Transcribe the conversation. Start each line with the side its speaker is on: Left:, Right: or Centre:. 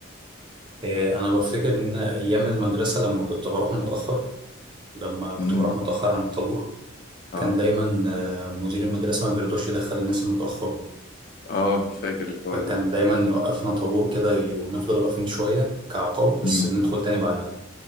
Right: إيه، أنا بفتكر إن أيام المدرسة لما كنت بروح متأخر لما كنت
Left: مم.
Right: بروح متأخر عن الطابور
Left: اه
Right: كان دايما آه، مدير المدرسة ما بيرضاش يدخل الناس المتأخرة
Left: اه فاكر الحوار
Right: فكان
Left: ده
Right: دايما يوقفنا طابور كده ي- ونفضل واقفين شوية كعقاب بس
Left: مم.
Right: بندخل تاني بعدها